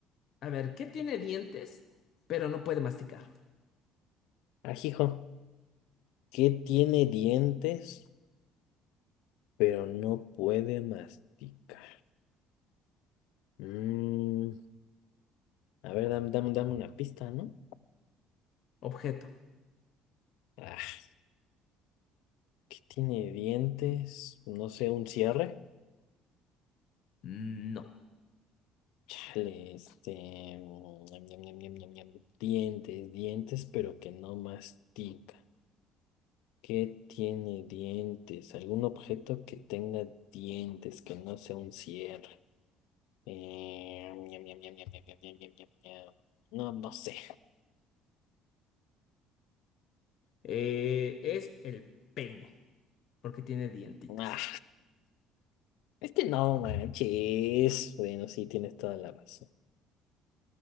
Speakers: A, on the left; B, on the left.
A: A ver, ¿qué tiene dientes, pero no puede masticar?
B: Ajijo. ¿Qué tiene dientes, pero no puede masticar? Mm, a ver, dame, dame, dame una pista, ¿no?
A: Objeto.
B: Ah, ¿qué tiene dientes? No sé, un cierre.
A: No.
B: Chale, este, mm, ñam, ñam, ñam, ñam, ñam, ñam. Dientes, dientes, pero que no mastica. ¿Qué tiene dientes? ¿Algún objeto que tenga dientes, que no sea un cierre? Eh, ñam, ñam, ñam, ñam, ñam, ñam, ñam, ñam, ñam, ñam. No, no sé.
A: Eh, es el peine, porque tiene dientitos.
B: Ah, este no manches. Bueno, sí, tienes toda la razón.